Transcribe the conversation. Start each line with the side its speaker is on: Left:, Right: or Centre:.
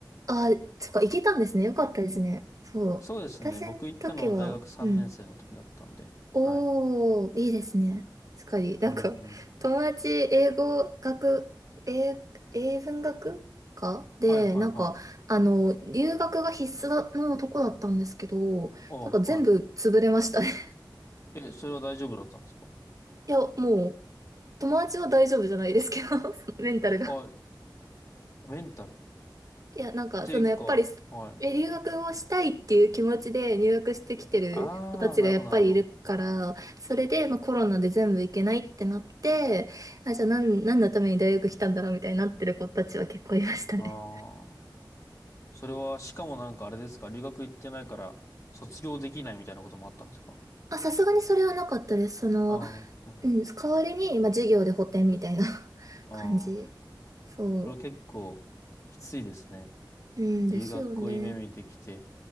Right: あ、そっか、行けたんですね。よかったですね。そう。
Left: そうですね。
Right: 私の時は、
Left: 僕行ったの大学3年生の時だったんで。
Right: うん。おー、
Left: はい。
Right: いいですね。確かに。なんか、
Left: うんうん。
Right: 友達、英語学、英、英文学科で、
Left: はいはいはい。
Right: なんか、あの、留学が必須だのとこだったんですけど、
Left: ああ、
Right: なんか全部潰れましたね。
Left: はい。え、それは大丈夫だったんですか
Right: <laughs> いや、もう、友達は大丈夫じゃないですけど、<laughs> そのメンタルが。
Left: あ、メンタル。っ
Right: いや、なんか、
Left: ていうか、
Right: その、やっぱり、
Left: はい。
Right: え留学をしたいっていう気持ちで入学してきてる子たちがやっぱりいるから、
Left: ああ、なるほどなるほど。
Right: それで、まあ、コロナで全部行けないってなって、あ、じゃあ何、何のために大学来たんだろうみたいになってる子たちは結構いましたね。
Left: ああ。それは、しかもなんかあれですか留学行ってないから卒業できないみたいなこともあったんですか
Right: あ、さすがにそれはなかったです。その、
Left: ああ、ま
Right: うん、代わりに、まあ、授業で補填みたいな <laughs>
Left: あ、
Right: 感じ。
Left: ああ。
Right: そ
Left: それは結構きついですね。
Right: う。うんですよね。
Left: 留学を夢見てきて、